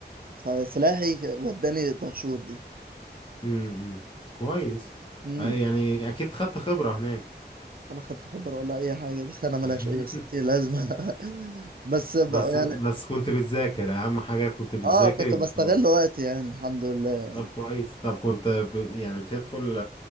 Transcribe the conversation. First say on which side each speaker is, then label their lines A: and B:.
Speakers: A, on the right; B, on the left.
A: فسلاحي وداني دهشور دي
B: امم كويس
A: مم.
B: أي يعني اكيد خدت خبرة هناك
A: ولا خدت خبره ولا اي حاجه دي سنه ملهاش
B: <laughs>
A: اي ستين لازمه <laughs> بس ب...
B: بس
A: يعني
B: بس كنت بتذاكر اهم حاجة كنت بتذاكر
A: اه كنت
B: يبقى
A: بستغل
B: خلاص
A: وقتي يعني الحمد لله يعني
B: طب كويس طب كنت ب... يعني بتدخل